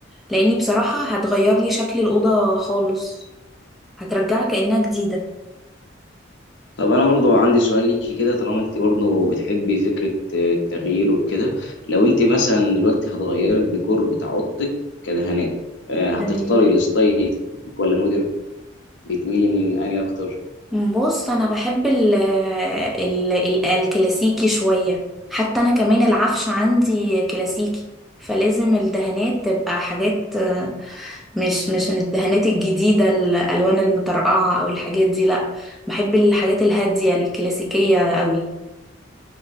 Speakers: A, in the centre; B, on the left (about 65°).
A: لاني بصراحة هتغير لي شكل الأوضة خالص هترجعها كأنها جديدة
B: طب انا برضو عندي سؤال ليكي كده طالما انت برضو بتحبي فكره التغيير وكده لو انت مثلا دلوقتي هتغيري الديكور بتاع اوضتك كدهانات آه، هتختاري
A: تمام
B: الستايل ولا موديل بتميلي لاني اكتر
A: بص انا بحب ال ال ال الكلاسيكي شوية حتى انا كمان العفش عندي كلاسيكي فلازم الدهانات تبقى حاجات آه، مش مش الدهانات الجديدة الألوان المطرقعة أو الحاجات دي لأ بحب الحاجات الهادية الكلاسيكية قوي